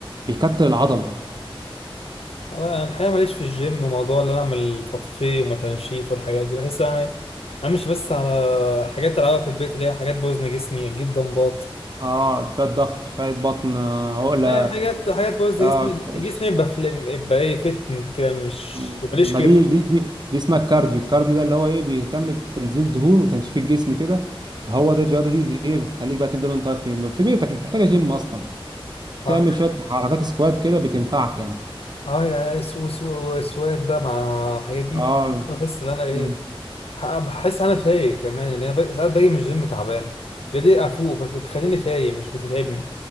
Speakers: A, on the right; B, on the left.
A: بيكتل العضل
B: انا الحقيقه ماليش في الجيم موضوع ان انا اعمل تضخيم وتنشيف والحاجات دي بحس انا امشي بس على حاجات العبها في البيت اللي هي حاجات بوزن جسمي اجيب دمبات
A: اه شويه ضغط شويه بطن آه، عقله
B: هي حاجات حاجات بوز
A: اه
B: جسمي
A: ك-
B: جسمي يبقى فل- يبقى ايه فتن كده مش
A: ما
B: ماليش كير
A: دي دي دي دي اسمها الكارديو الكارديو ده اللي هو ايه بيهتم بتنزيل دهون وتنشيف الجسم كده فهو ده الرياضه دي, دي ايه بتخليك بقى تفضل وانت واقف في في بيتك مش محتاجه جيم اصلا
B: اه
A: تعمل شويه حركات سكوات كده بتنفعك يعني
B: يا سو سو سواد بقى مع الحاجات دي
A: اه
B: بحس ان انا ايه
A: مم.
B: ح- بحس انا فايق كمان اللي انا باجي- ساعات باجي من الجيم تعبان هي دي افوق بس بتخليني فايق مش بتتعبني